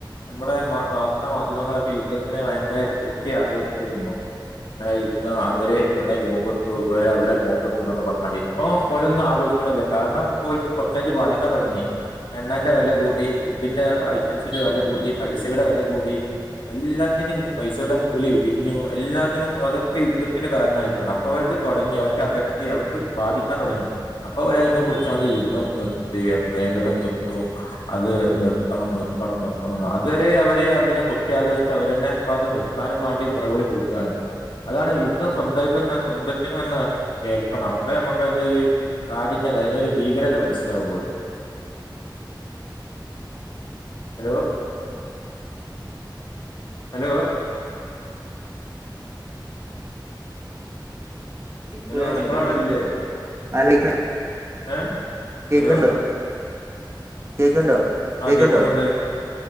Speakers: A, on the left (about 75°); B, on the right (about 35°).
A: നമ്മടെ വാർത്താ മാധ്യമങ്ങളൊക്കെ യുദ്ധത്തിനെ ഭയങ്കരായിട്ട് പൊട്ടി ആഘോഷിച്ചിരുന്നു യുദ്ധം അവര് ഇവിടെ ബോബിട്ടു ഇവ അവിടെ ബോബിട്ടു എന്നൊക്കെ പറഞ്ഞാ ഇപ്പൊ ഓലൊന്നും ആഘോശിക്കണില്ല കാരണം ഇ കുറച്ചഴ്ച്ച് ബാധിക്കാൻ തൊടങ്ങി എണ്ണന്റെ വില കൂടി ഫുഡിന്റെ ഐറ്റംസിന്റെ വില കൂടി പൈസയുടെ വില കൂടി എല്ലാത്തിനും പൈസയുടെ മൂല്യം ഇടിഞ്ഞു എല്ലാത്തിനും അതൊക്കെ യുദ്ധത്തിന്റെ കാരണയിട്ടാണ് അപ്പൊ അവർക്ക് തൊടങ്ങി അവർക്ക് അവക്തി അവർക്ക് ബാധിക്കാൻ തുടങ്ങി അപ്പൊ അവര അതിനെ കുറിച്ചണ്ട് യുദ്ധം നിർത്തി എപ്പോഴെങ്കിലൊക്കെ നിർത്തു അത് നിർത്തണം നിർത്തണം നിർത്തണം അതുവരെ അവര് അതിനെ കൊട്ടി ആഘോഷിച്ച് അവരന്നെ ഇപ്പ അത് നിർത്താനും മൊറവിളി കൂട്ടാണ് അതാണ് യുദ്ധം സ്വന്തായിട്ടന്ന് സ്വന്തത്തിനും എന്ന് കേൾക്കണം അ നമുക്ക് അതിന്റെറെ ഒരു കാഠിന്യത അതിറെ ഒരു ഭീകരത മനസ്സിലാവയുള്ളൂ ഹലോ ഹലോ
B: <unintelligible>
A: ഹലോ നിങ്ങളവിടെ ഇല്ലേ
B: ആലോക്ക
A: ഏ
B: കേക്കുണ്ടോ
A: ഹലോ
B: കേക്കുണ്ടോ
A: ആ
B: കേക്കണ്ടോർ
A: കേൾക്കുന്നുണ്ട്